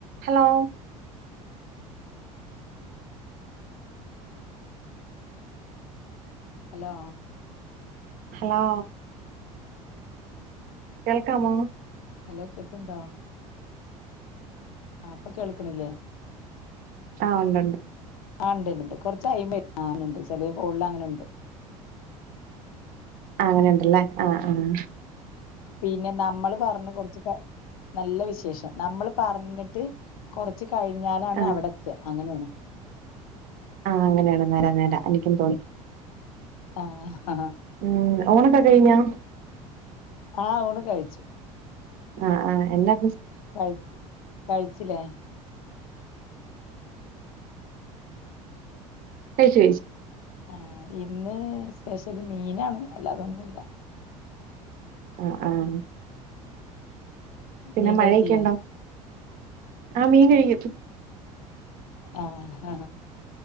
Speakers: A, on the right; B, on the left.
A: ഹലോ
B: ഹലോ
A: ഹലോ കേൾക്കാമോ
B: ഹലോ കേൾക്ക്ണ്ടോ ആ ഇപ്പ കേൾക്ക്ണില്ലേ.
A: ആഹ് ഉണ്ട് ഉണ്ട്.
B: ആ ഇണ്ട്ണ്ട് കൊറച്ച് കയ്യുമ്പോ ആ ഇണ്ട് ചെലേ കോളില് അങ്ങനെണ്ട്
A: ആ അങ്ങനെ ഉണ്ടല്ലേ ആഹ് ആഹ്
B: പിന്നെ നമ്മള് പറഞ്ഞു കൊറച്ച് ക നല്ല വിശേഷം. നമ്മൾ പറഞ്ഞിട്ട് കൊറച്ച് കഴിഞ്ഞാലാണ്
A: ആ
B: അവിടെ എത്ത്അ അങ്ങനെയാണ്.
A: ആഹ് അങ്ങനെയാണ് നേരാ നേരാ എനിക്കും തോന്നി.
B: ആഹ് ആ
A: ഉം ഊണൊക്കെ കഴിഞ്ഞാ.
B: ആഹ് ഊണ് കഴിച്ചു.
A: ആഹ് ആഹ് എന്നാ
B: കഴച്ച് കഴിച്ചില്ലേ
A: കഴിച്ച് കഴിച്ച്
B: ആഹ് ഇന്ന് സ്പെഷ്യല് മീനാണ് അല്ലാതൊന്നുല്ല.
A: ആഹ് ആഹ് പിന്നെ
B: മീൻ
A: മഴയൊക്കെ
B: കഴിക്കില്ലേ
A: ഉണ്ടോ. ആഹ് മീൻ കഴിക്കും.
B: ആ ആഹ